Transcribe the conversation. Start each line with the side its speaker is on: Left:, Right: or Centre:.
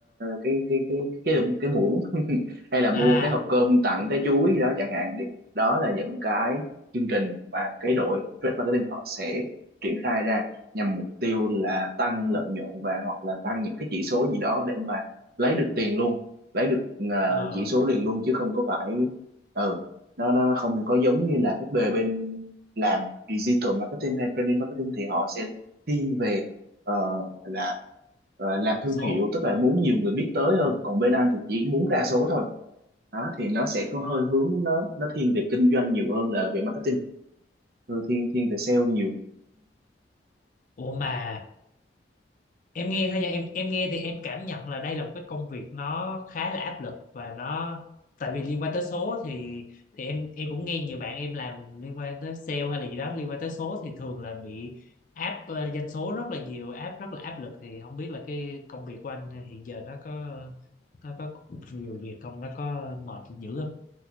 Right: cái cái cái cái cái, cái muỗng <laughs> hay là
Left: là
Right: mua cái hộp cơm tặng trái chuối đó chẳng hạn đi. Đó là những cái chương trình mà cái đội trade marketing họ sẽ triển khai ra nhằm mục tiêu là tăng lợi nhuận và hoặc là tăng những cái chỉ số gì đó để mà lấy được tiền luôn, lấy được ờ,
Left: ờ,
Right: chỉ số liền luôn chứ không có phải ừ nó nó nó không có giống như là các bề bên làm digital marketing hay branding marketing thì họ sẽ thiên về ờ, làm ờ, làm thương
Left: số.
Right: hiệu tức là muốn nhiều người biết tới hơn còn bên anh thì chỉ muốn ra số thôi đó thì nó sẽ có hơi hướng nó nó thiên về kinh doanh nhiều hơn là về marketing Ừ, thiên thiên về sale nhiều
Left: Ủa mà em nghe thôi nha em em nghe thì em cảm nhận là đây là một cái công việc nó khá là áp lực và nó tại vì liên quan tới số thì thì em em cũng nghe nhiều bạn em làm liên quan tới sale hay là gì đó liên quan tới số thì thường là bị áp ờ, doanh số rất là nhiều áp rất là áp lực thì không biết là cái công việc của anh hiện giờ nó có nó có nhiều việc không nó có mệt dữ không